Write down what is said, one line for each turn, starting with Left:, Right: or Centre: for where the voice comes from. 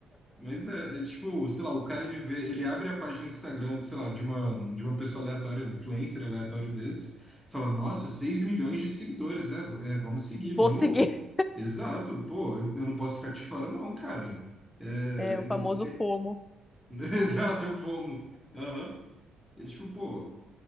Centre: Mas é, é tipo, sei lá, o cara ele vê, ele abre a página do Instagram, sei lá, de uma, de uma pessoa aleatória, um influencer aleatório desse, fala, nossa, 6 milhões de seguidores, né? V- é, vamos seguir,
Left: Vou
Centre: vamos.
Left: seguir.
Centre: Exato, pô, eu, eu não posso ficar de fora, não, cara. É, é-
Left: É o famoso FOMO.
Centre: é- <laughs> Exato, eu fomo. Aham. É tipo, pô.